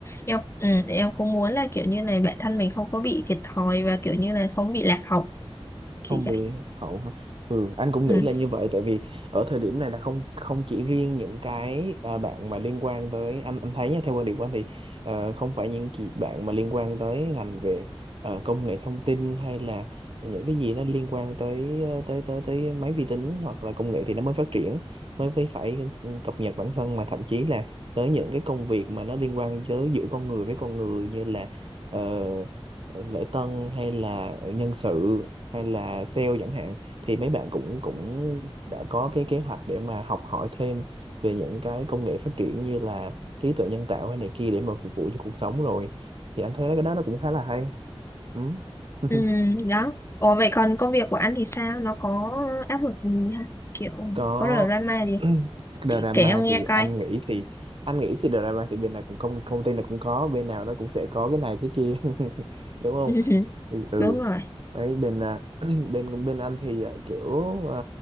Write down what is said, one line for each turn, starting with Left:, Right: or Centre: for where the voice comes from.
Left: em ừm, em cũng muốn là kiểu như này bản thân mình không có bị thiệt thòi và kiểu như là không bị lạc hậu kiểu
Right: không bị
Left: vậy
Right: hậu hả? ừ anh cũng
Left: Ừ.
Right: nghĩ là như vậy tại vì ở thời điểm này là không không chỉ riêng những cái à, bạn mà liên quan tới anh anh thấy nha theo quan điểm của anh thì ờ, không phải những chị bạn mà liên quan tới ngành về ờ, công nghệ thông tin hay là những cái gì nó liên quan tới ờ, tới tới tới máy vi tính hoặc là công nghệ thì nó mới phát triển mới mới phải cập nhật bản thân mà thậm chí là tới những cái công việc mà nó liên quan tới giữa con người với con người như là ờ, lễ tân hay là nhân sự hay là sale chẳng hạn thì mấy bạn cũng cũng đã có cái kế hoạch để mà học hỏi thêm về những cái công nghệ phát triển như là trí tuệ nhân tạo hay này kia để mà phục vụ cho cuộc sống rồi thì anh thấy cái đó nó cũng khá là hay ừ. <laughs>
Left: Ừ, đó. Ủa vậy còn công việc của anh thì sao? Nó có áp lực gì không? Kiểu
Right: có
Left: có drama gì?
Right: <clears throat> drama
Left: Kể, kể em nghe
Right: thì anh
Left: coi.
Right: nghĩ thì anh nghĩ thì drama thì bên nào cũng công công ty nào cũng có bên nào nó cũng sẽ có cái này cái kia <laughs> đúng không
Left: <laughs>
Right: thì ừ
Left: Đúng rồi.
Right: đấy bên à, <clears throat> bên bên anh thì à, kiểu à,